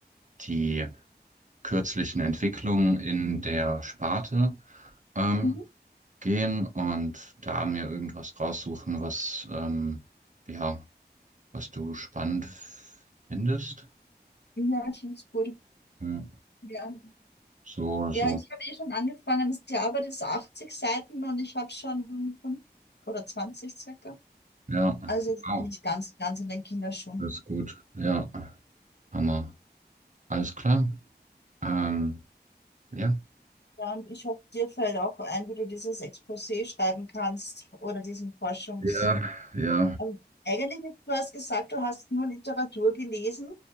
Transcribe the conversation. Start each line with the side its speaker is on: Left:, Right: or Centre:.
Right: die kürzlichen Entwicklungen in der Sparte ähm,
Left: mhm.
Right: gehen und da mir irgendwas raussuchen, was ähm, ja, was du spannend findest.
Left: Ja, Teamsburg.
Right: Ja,
Left: Ja.
Right: So, so,
Left: Ja, ich habe eh schon angefangen. Die Arbeit ist 80 Seiten und ich habe schon fünf oder 20 circa.
Right: ja,
Left: Also jetzt
Right: wow,
Left: bin ich ganz, ganz in den Kinderschuhen.
Right: das ist gut, ja, Hammer, alles klar. Ähm, ja.
Left: Ja, und ich hoffe, dir fällt auch ein, wie du dieses Exposé schreiben kannst oder diesen Forschungs...
Right: Ja, ja,
Left: Also eigentlich, du hast gesagt, du hast nur Literatur gelesen,